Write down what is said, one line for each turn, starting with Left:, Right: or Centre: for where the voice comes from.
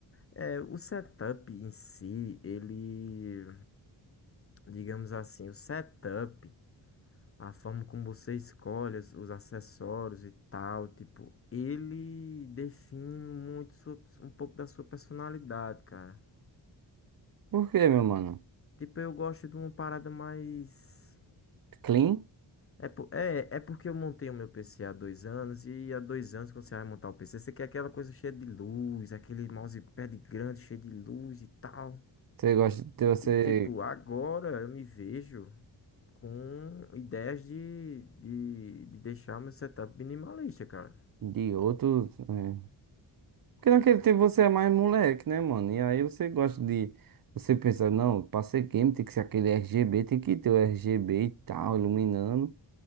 Left: É, o setup em si, ele. Digamos assim, o setup. A forma como você escolhe os, os acessórios e tal, tipo, ele define muito sua- um pouco da sua personalidade, cara.
Right: Por quê, meu mano?
Left: Tipo, eu gosto de uma parada mais.
Right: Clean?
Left: É, po- é, é porque eu montei o meu PC há dois anos e há dois anos, quando você vai montar o PC, você quer aquela coisa cheia de luz, aquele mousepad grande cheio de luz e tal.
Right: Você gosta de ter você
Left: E, tipo, agora eu me vejo com ideias de, de, de deixar o meu setup minimalista, cara.
Right: de outros. é, Porque naquele tempo você é mais moleque, né, mano? E aí você gosta de. Você pensa, não, pra ser game tem que ser aquele RGB, tem que ter o RGB e tal, iluminando.